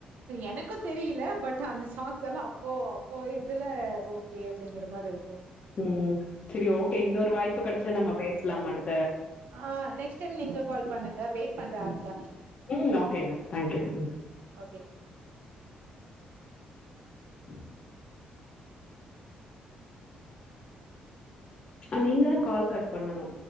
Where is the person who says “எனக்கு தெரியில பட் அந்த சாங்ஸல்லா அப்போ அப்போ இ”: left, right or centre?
Right